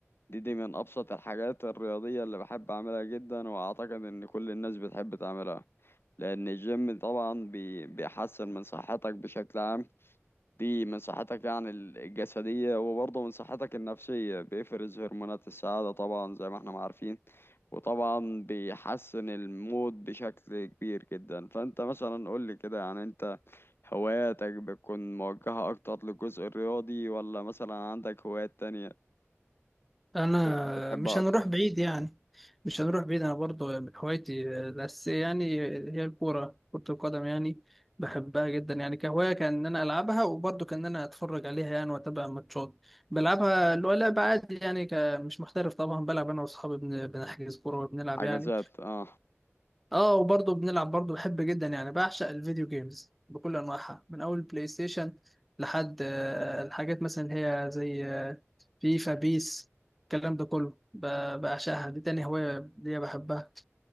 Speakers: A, on the left; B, in the centre.
A: دي دي من أبسط الحاجات الرياضية اللي بحب أعملها جدا وأعتقد إن كل الناس بتحب تعملها لأن الجيم طبعا بي بيحسن من صحتك بشكل عام دي من صحتك يعني ال- الجسدية وبرضه من صحتك النفسية بيفرز هرمونات السعادة طبعا زي ما احنا ما عارفين وطبعا بيحسن المود بشكل كبير جدا فأنت مثلا قول لي كده يعني أنت هواياتك بتكون موجهة أكتر للجزء الرياضي ولا مثلا عندك هوايات تانية
B: انا
A: ب- بتحبها
B: مش هنروح
A: أكتر
B: بعيد يعني مش هنروح بعيد انا برضو من هوايتي الاساسيه يعني هي الكوره كره القدم يعني بحبها جدا يعني كهوايه كان ان انا العبها وبرضو كان ان انا اتفرج عليها يعني واتابع ماتشات بلعبها اللي هو لعب عادي يعني ك- مش محترف طبعا بلعب انا واصحابي بن- بنحجز كوره وبنلعب
A: حجزات
B: يعني
A: اه
B: اه وبرضه بنلعب برضه بحب جدا يعني بعشق الفيديو جيمز بكل انواعها من اول بلاي ستيشن لحد آه، الحاجات مثلا اللي هي زي آه، فيفا بيس الكلام ده كله ب- بعشقها دي تاني هواية ليا بحبها